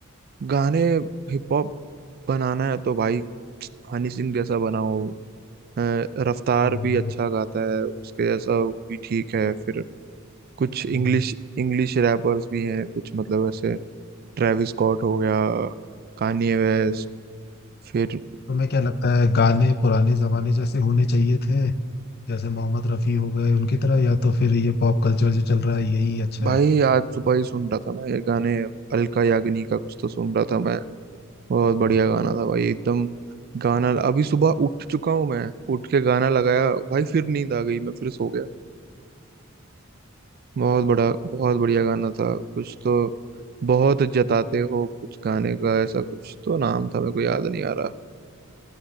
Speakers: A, on the right; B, on the left.
A: गाने हिप हॉप बनाना है तो भाई हनी सिंह जैसा बनाओ अ, रफ्तार
B: हम्म,
A: भी अच्छा गाता है उसके जैसा वो भी ठीक है फिर कुछ इंग्लिश
B: हम्म।
A: इंग्लिश रैपर्स भी हैं कुछ मतलब ऐसे ट्रेविस स्कॉट हो गया कान्ये वेस्ट फिर
B: तुम्हें क्या लगता है गाने पुराने जमाने जैसे होने चाहिए थे जैसे मोहम्मद रफी हो गए उनकी तरह या तो फिर ये पॉप कल्चर जो चल रहा है यही अच्छा
A: भाई
B: है
A: आज सुबह ही सुन रहा था मैं ये गाने अलका याग्निक का कुछ तो सुन रहा था मैं बहुत
B: <laughs>
A: बढ़िया गाना था भाई एकदम गाना अभी सुबह उठ चुका हूँ मैं उठ के गाना लगाया भाई फिर नींद आ गई मैं फिर सो गया बहुत बड़ा बहुत बढ़िया गाना था कुछ तो बहुत जताते हो कुछ गाने का ऐसा कुछ तो नाम था मेरे को याद नहीं आ रहा